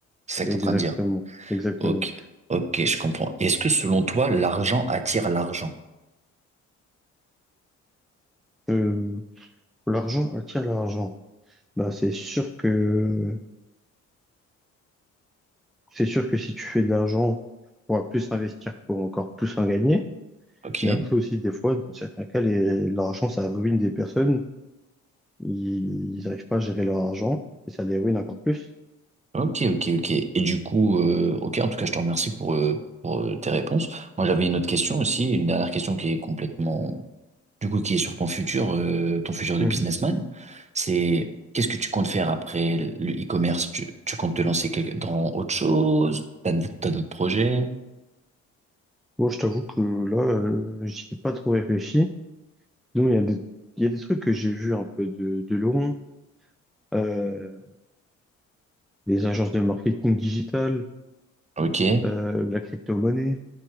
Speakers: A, on the right; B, in the centre.
A: C'est ça que
B: Exactement,
A: tu es en train de dire.
B: exactement.
A: Ok? Ok, je comprends. Est-ce que selon toi, l'argent attire l'argent?
B: Euh, l'argent attire l'argent. Bah, c'est sûr que c'est sûr que si tu fais de l'argent, tu pourras plus investir pour encore plus en gagner.
A: Ok?
B: Mais après aussi, des fois, dans certains cas, les- l'argent, ça ruine des personnes. Ils n'arrivent pas à gérer leur argent et ça les ruine encore plus.
A: Ok, ok, ok. Et du coup, euh, ok, en tout cas, je te remercie pour, euh, pour euh, tes réponses. Moi, j'avais une autre question aussi, une dernière question qui est complètement, du coup, qui est sur ton futur, euh, ton futur
B: Mhm.
A: de businessman. C'est qu'est-ce que tu comptes faire après le e-commerce? Tu, tu comptes te lancer quelque- dans autre chose? T'as, d- t'as d'autres projets?
B: Moi, je t'avoue que là, euh, j'y ai pas trop réfléchi. Donc, il y a des, il y a des trucs que j'ai vus un peu de, de loin. Euh, les agences de marketing digital,
A: Ok,
B: euh, la crypto-monnaie,